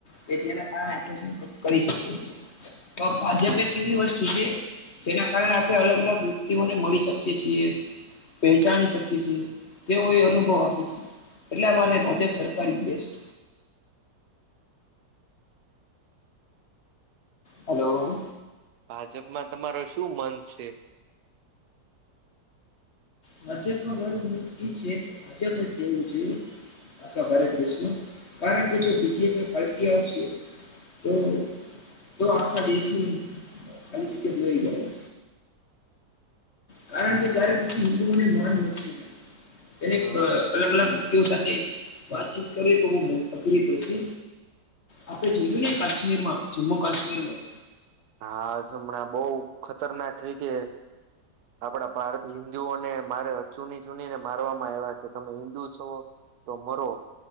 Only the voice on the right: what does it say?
હા
ભાજપમાં તમારો શું મન છે?
હ
હાજ હમણાં બહુ ખતરનાક રીતે, આપડા ભારથી હિન્દુઓને મારે ચૂની ચૂની ને મારવામાં આવ્યા કે તમે હિન્દુ છો તો મરો